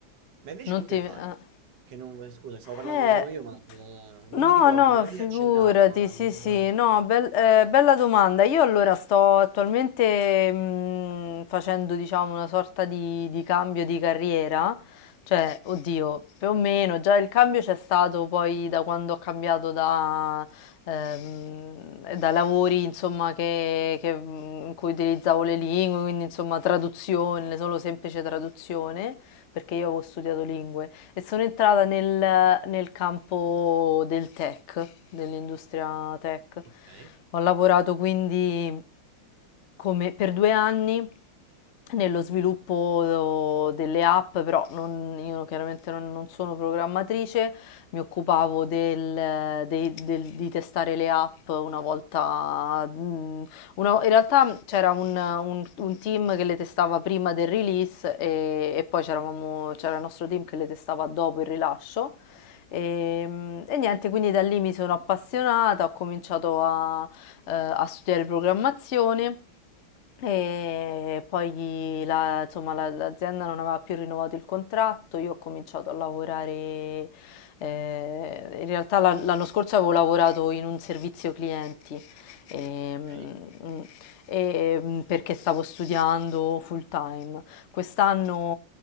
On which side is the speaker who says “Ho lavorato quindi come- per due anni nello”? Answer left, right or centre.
Left